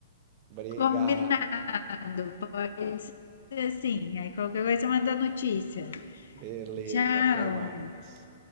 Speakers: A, on the right (about 35°); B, on the left (about 65°).
A: Briga.
B: Combinado. Pode ser sim. Aí qualquer coisa manda notícia.
A: Beleza,
B: Tchau.
A: até mais.